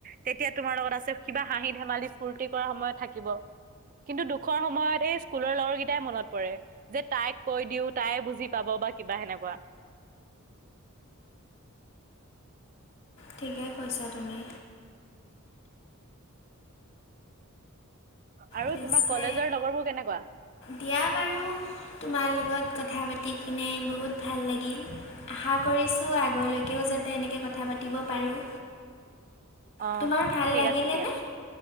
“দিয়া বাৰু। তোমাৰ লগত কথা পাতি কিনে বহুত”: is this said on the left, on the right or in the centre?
Left